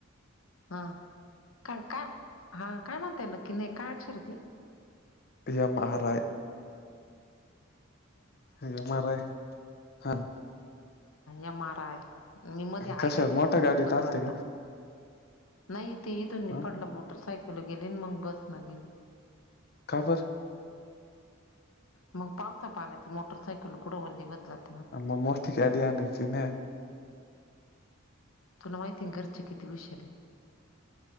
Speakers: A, on the left (about 75°); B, on the left (about 50°).
A: हा. का काय हा काय म्हणताय नक्की नाही काय अक्षर ती?
B: M R I M R I हा.
A: एम आर आय मी मध्ये आय
B: कशा
A: घालीती
B: मोठ्या
A: म्हणून
B: गाडीत
A: चुकत
B: आलते
A: वाटत.
B: का
A: नाही ते इथूनी
B: हा
A: पडला मोटरसायकल गेली आणि मग बस न गेली.?
B: का बर?
A: मग पावसा पाण्याच मोटरसायकल कुड वली होत जतीली.
B: आ म मोठी गाडी आणायची न.
A: तुला माहिती आहे न घरची किती वुषार ये.